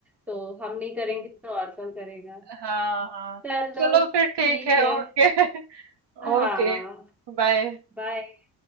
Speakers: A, in the centre; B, on the right.
A: तो हम नहीं करेंगे तो और कौन करेगा
B: हाँ हाँ
A: चलो
B: चलो फिर ठीक
A: ठीक
B: है
A: है
B: ओके
A: हाँ
B: Okay bye <laughs>
A: बाय